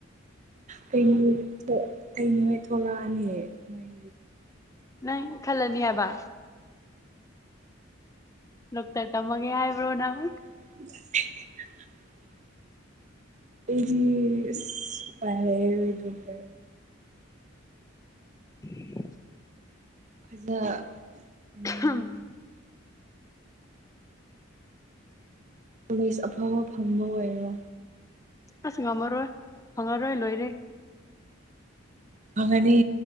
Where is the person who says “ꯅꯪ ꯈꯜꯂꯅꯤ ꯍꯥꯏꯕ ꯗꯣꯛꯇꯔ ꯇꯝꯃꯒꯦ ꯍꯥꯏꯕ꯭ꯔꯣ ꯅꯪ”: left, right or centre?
Left